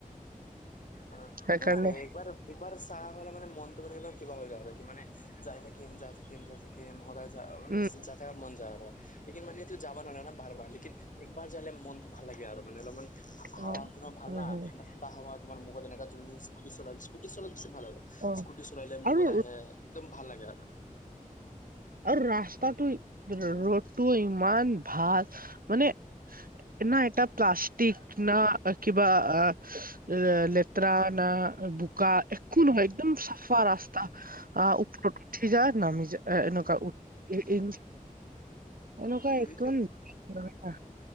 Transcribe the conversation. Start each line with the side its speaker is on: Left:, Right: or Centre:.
Left: অ'।
Right: সেইকাৰণে
Left: এইটো ‌ভাল এনেকুৱাতো। একবাৰ চা হ'লে মানে মনটো মানে একদম কিবা হৈ যায়', কি মানে যায় থাকিম। যায় থাকিম। যায় থাকিম। সদায়। যা অৰ
Right: উম
Left: যাতাযত মন জানো। লেকিন মানেতো যাব নোৱাৰা ন বাৰ, বাৰ। লেকিন একবাৰ যালে মনতটো ভাল লাগে আৰু মানে অলপমান। হাৱা
Right: অ
Left: পোৰা ভাল
Right: হয়
Left: না
Right: হয়
Left: ঠাণ্ডা, ঠাণ্ডা হাৱা তোমাৰ মুখত এনেকা যোন-যোন স্কুটি চলাই, স্কুটি চলালে বেছি ভাল আৰু।
Right: অ
Left: ইস্কুটি চলাই দিলে মুখত
Right: আৰু
Left: আহে একদম ভাল লাগে আৰু।
Right: আৰু ৰাস্তাটো ৰ'ডটো ইমান ভাল মানে। না এটা প্লাষ্টিক না কিবা অ লে লেতেৰা না বোকা একো নহয় একদম চাফা ৰাস্তা। অ', ওপৰত উঠি যায় নামি যায়, এনেকুৱা। এ এ এনেকুৱা
Left: উম
Right: একদম ধুনীয়া।